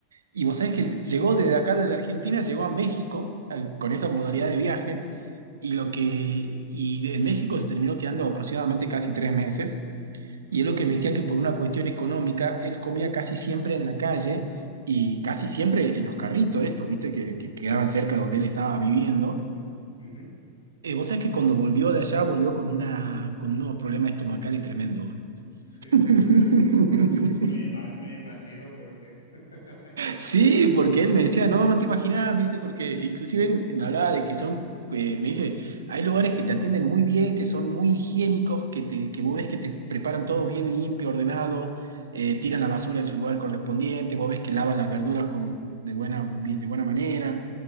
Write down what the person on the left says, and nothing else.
ujú,
ujú,
ujú.
Sí,
sí, sí. <laughs> Me ima- me imagino por qué. <laughs>
Ujú,